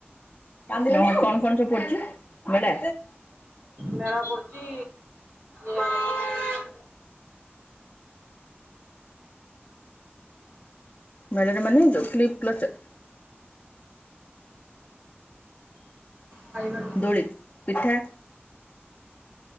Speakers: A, on the left; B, on the right.
A: କଣ କଣ ସବୁ ପଡୁଛି ବେଳେ
B: ମେଳା ପଡୁଛି। <inaudible>
A: ମେଳା ରେ ଯୋଉ ମାନେ କ୍ଲିପ୍ କ୍ଲଚର୍
B: <inaudible> ପାଇଗଲି।
A: ଦୋଳି ପିଠା।